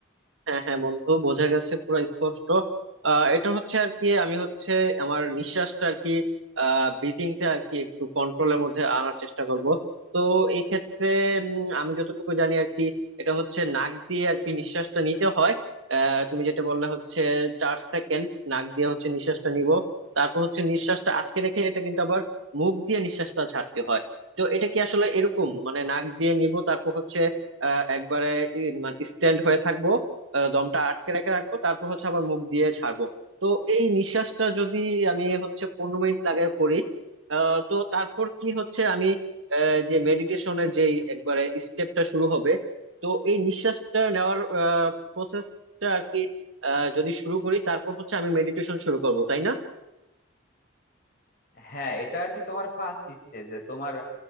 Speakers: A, on the right; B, on the left.
A: হ্যাঁ হ্যাঁ বন্ধু বোঝা গেছে পুরো স্পষ্ট আহ, এটা হচ্ছে আর কি আমি হচ্ছে আমার নিঃশ্বাসটা আর কি ব্রিদিংটা আর কি একটু কন্ট্রোলের মধ্যে আনার চেষ্টা করব তো এই ক্ষেত্রে উম, আমি যতটুকু জানি আর কি এটা হচ্ছে নাক দিয়ে আর কি নিঃশ্বাসটা নিতে হয় আহ, তুমি যেটা বললে হচ্ছে চার সেকেন্ড নাক দিয়ে হচ্ছে নিঃশ্বাসটা নিব তারপর হচ্ছে নিঃশ্বাসটা আটকে রেখে এটা কিন্তু আবার মুখ দিয়ে নিঃশ্বাসটা ছাড়তে হয় তো এটা কি আসলে এরকম মানে নাক দিয়ে নিব তারপর হচ্ছে আহ একবারে স্ট্যান্ড হয়ে থাকবো আহ, দমটা আটকে রেখে রাখবো তারপর হচ্ছে আবার মুখ দিয়ে ছাড়বো তো এই নিঃশ্বাসটা যদি আমি হচ্ছে পনেরো মিনিট লাগায় করি আহ, তো তারপর কি হচ্ছে আমি আহ, যে মেডিটেশনের যে একবারে স্টেপটা শুরু হবে তো এই নিঃশ্বাসটা নেওয়ার প্রসেসটা আর কি আহ, যদি শুরু করি তারপর হচ্ছে আমি মেডিটেশন শুরু করব তাই না
B: হ্যাঁ এটা আর কি তোমার ফার্স্ট স্টেজ যে তোমার